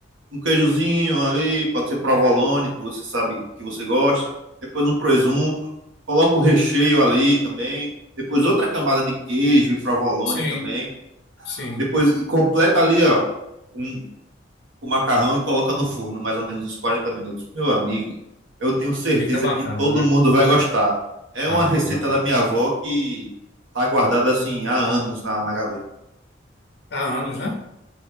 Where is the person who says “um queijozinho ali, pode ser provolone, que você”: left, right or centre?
Right